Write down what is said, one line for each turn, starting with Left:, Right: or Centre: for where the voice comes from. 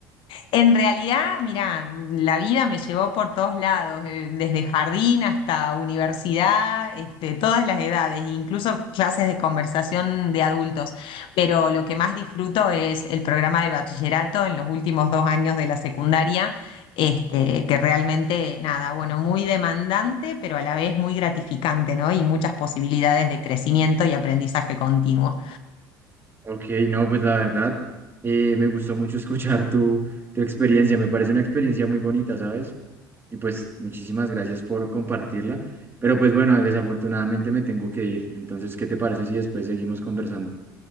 Left: En realidad, mira, la vida me llevó por todos lados, eh, desde jardín hasta universidad, este, todas las edades, incluso clases de conversación de adultos. Pero lo que más disfruto es el programa de bachillerato en los últimos dos años de la secundaria, este, que realmente, nada, bueno, muy demandante, pero a la vez muy gratificante, ¿no? Y muchas posibilidades de crecimiento y aprendizaje continuo.
Right: Ok, no, pues la verdad, eh, me gustó mucho <laughs> escuchar tu, tu experiencia, me parece una experiencia muy bonita, ¿sabes? Y pues muchísimas gracias por compartirla, pero pues bueno, desafortunadamente me tengo que ir, entonces, ¿qué te parece si después seguimos conversando?